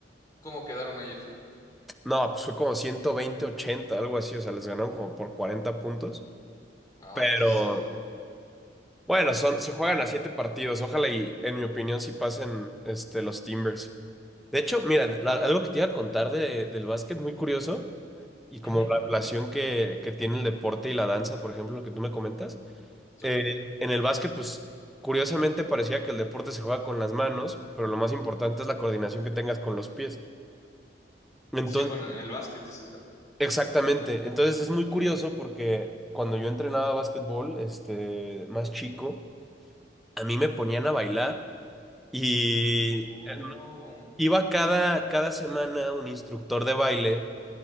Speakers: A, on the left; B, in the centre.
A: ¿Cómo quedaron ayer?
B: No, pues fue como ciento veinte ochenta algo así, o sea, les ganaron como por 40 puntos.
A: Ah,
B: Pero
A: o sea, sí estuvo.
B: Bueno, son, se juegan a siete partidos. Ojalá y, en mi opinión, sí pasen este, los Timbers. De hecho, mira, la- algo que te iba a contar de- del básquet, muy curioso, y como
A: Ujú,
B: la relación que, que tiene el deporte y la danza, por ejemplo, lo que tú me comentas.
A: súper.
B: Eh, en el básquet, pues, curiosamente parecía que el deporte se juega con las manos, pero lo más importante es la coordinación que tengas con los pies. Entonces,
A: Sí, bueno, en el básquet dices, ¿verdad?
B: exactamente. Entonces, es muy curioso porque cuando yo entrenaba básquetbol, este, más chico, a mí me ponían a bailar. Y
A: Oh,
B: iba cada, cada semana un instructor de baile